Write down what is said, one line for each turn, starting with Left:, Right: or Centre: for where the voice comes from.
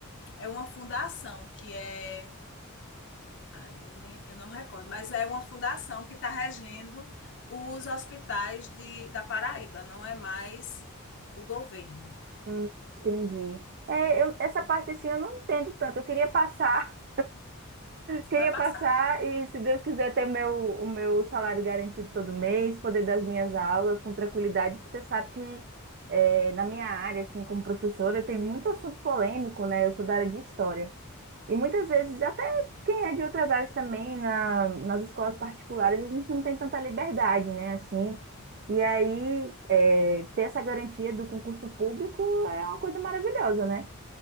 Left: é uma fundação que é Ai, eu, nem, eu não recordo, mas é uma fundação que está regendo os hospitais de, da Paraíba, não é mais o governo.
Right: hum, entendi. É, eu, essa parte assim eu não entendo tanto. Eu queria passar. Queria
Left: Vai passar.
Right: passar e, se Deus quiser, ter meu, o meu salário garantido todo mês, poder dar as minhas aulas com tranquilidade, porque você sabe que eh, na minha área, assim, como professora, tem muito assunto polêmico, né? Eu sou da área de história. E muitas vezes, até quem é de outras áreas também, na, nas escolas particulares, a gente não tem tanta liberdade, né? Assim. E aí, eh, ter essa garantia do concurso público é uma coisa maravilhosa, né?